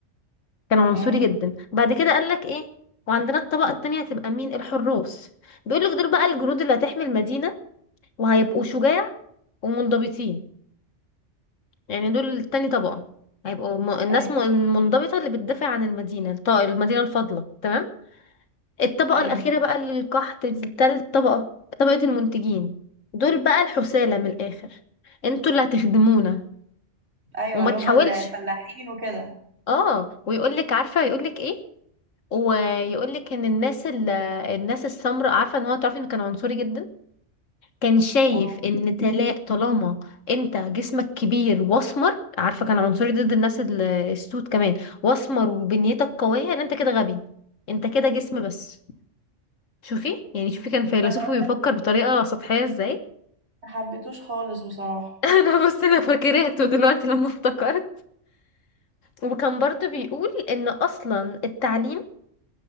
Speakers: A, on the left (about 85°); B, on the right (about 60°).
A: كان عنصري
B: مم.
A: جدا بعد كده قال لك ايه وعندنا الطبقه التانية هتبقى مين الحراس بيقول لك دول بقى الجنود اللي هتحمي المدينه وهيبقوا شجاع ومنضبطين يعني دول تاني طبقة هيبقوا م... الناس
B: ايوه
A: م... المنضبطة اللي بتدافع عن المدينة الط... المدينة الفاضلة تمام الطبقة
B: ايوه
A: الأخيرة بقى القحط دي تالت طبقة طبقة المنتجين دول بقى الحثالة من الآخر انتوا اللي هتخدمونا
B: ايوه
A: وما
B: اللي
A: تحاولش
B: هما الفلاحين وكده
A: اه ويقولك عارفة يقولك ايه ويقولك ان الناس ال... الناس السمراء عارفة ان هو تعرفي انه كان عنصري جدا كان شايف
B: اه
A: ان تلا- طالما انت جسمك كبير واسمر عارفه كان عنصري ضد الناس ال- السود كمان واسمر وبنيتك قويه ان انت كده غبي انت كده جسم بس شوفي يعني شوفي كان فيلسوف
B: لا انا ما
A: بيفكر
B: حب-
A: بطريقه سطحيه ازاي
B: ما حبيتوش خالص بصراحه
A: <laughs> انا بص انا فاكرته دلوقتي لما افتكرت وكان برضو بيقول ان اصلا التعليم